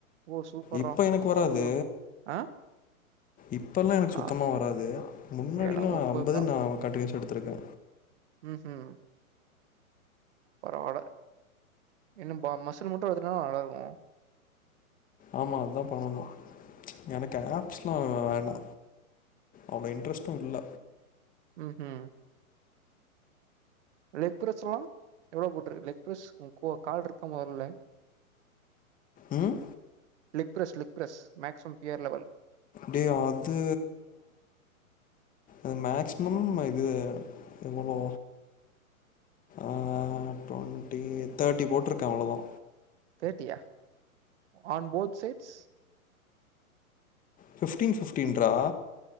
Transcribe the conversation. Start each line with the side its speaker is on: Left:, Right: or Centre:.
Right: ஓ சூப்பர்ரா
Left: இப்ப எனக்கு
Right: உ
Left: வராது
Right: பாடி வெயிட் ஆ
Left: இப்பல்லா எனக்கு
Right: நா
Left: சுத்தமா வராது முன்னாடில்லா
Right: எனக்கு முப்பது
Left: அம்பது
Right: தா
Left: நா கன்டினியுவஸ்ஸா எடுத் துருக்க
Right: ம் ம் பரவால இன்னும் பா மசுல் மட்டூ வந்துட்டா நல்லா இருக்கூ
Left: ஆமா அதா பண்ணணு எனக்கு ஆப்ஸ்ல்லா வேணா அவன் இன்ட்ரெஸ்ட்டூ இல்ல
Right: ம் ம் லெக் ப்ரஸ் லா எவ்வளோ போட்ருக்க லெக் ப்ரஸ் உ கோ கால்ட்ருக்க <unintelligible>
Left: ம்
Right: leg press leg press maximum பியர் லெவல்
Left: டே அது அத் மேக்சிமம் ம இது எவ்வளோ அ டுவெண்டி தேர்ட்டி போட்ருக்கே அவ்ளோதா
Right: தேட்டியா on both sides
Left: fifteen fifteen ரா